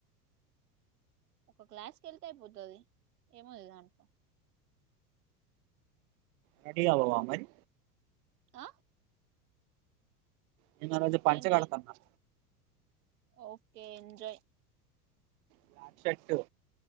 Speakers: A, on the right; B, on the right.
A: ఒక క్లాస్కి వెళ్తే అయిపోతుంది ఏముంది దాంట్లో
B: రెడీ అవ్వవా మరి
A: ఆ
B: నేను ఆరోజు పంచ
A: ఏంటి
B: కడతాన్న
A: ఓకే ఎంజాయ్
B: బ్లాక్ షర్ట్